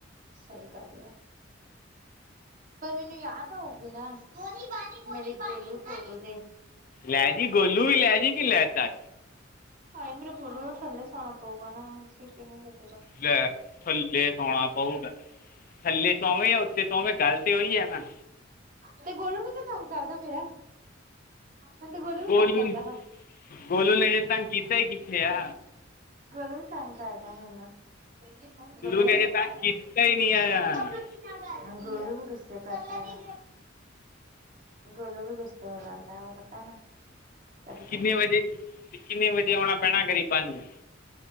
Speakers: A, on the right; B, on the left.
A: ਸਹੀ ਗੱਲ ਆ ਪਰ ਮੈਨੂੰ ਯਾਦ ਆ ਹੋਊਗੀ ਨਾ, ਮੇਰੇ ਗੋਲੂ ਗੋਲੂ ਦੇ।
B: ਲੈ ਜੀ ਗੋਲੂ ਵੀ ਲੈ ਜੀ ਕਿ ਲੈ ਤ
A: ਹਾਏ ਮੇਰੇ ਗੁਰੂ ਨੂੰ ਥੱਲੇ ਸਾਉਣਾ ਪਊਗਾ ਨਾ ਅਸੀਂ ਕਿਵੇਂ ਕਰ
B: ਲੈ ਥੱਲੇ ਸੋਣਾ ਪਊਗਾ, ਥੱਲੇ ਸੋਵੇ ਜਾਂ ਉੱਥੇ ਸੋਵੇਂ ਗੱਲ ਤੇ ਹੋਈ ਹੈ ਨਾ
A: ਤੇ ਗੋਲੋ ਵੀ ਤੇ ਤੰਗ ਕਰਦਾ ਮੇਰਾ ਹੁਣ ਤੇ ਗੋਲੋ ਵੀ
B: ਗੋਲੂ
A: ਤੰਗ ਕਰਦਾ ਵਾ
B: ਗੋਲੂ ਨੇ ਅਜੇ ਤੰਗ ਕੀਤਾ ਹੀ ਕਿੱਥੇ ਆ
A: ਗੋਲੂ ਵੀ ਤੰਗ ਕਰਦਾ ਮੈਨੂੰ <inaudible> ਗੋਲੂ
B: ਨੇ
A: <unintelligible>
B: ਅਜੇ ਤੰਗ ਕੀਤਾ ਹੀ ਨਹੀਂ ਆ
A: ਗੋਲੂ ਵੀ ਗੁੱਸੇ ਕਰਦਾ ਨਾਂ, ਗੋਲੂ ਵੀ ਗੁੱਸੇ ਹੋ ਜਾਂਦਾ ਉਹ ਪਤਾ ਨਾ ਕਦੀ
B: ਕਿੰਨੇ
A: ਕਦੀ
B: ਵਜੇ, ਕਿੰਨੇ ਵਜੇ ਆਉਣਾ ਪੈਣਾ ਗਰੀਬਾਂ ਨੂੰ।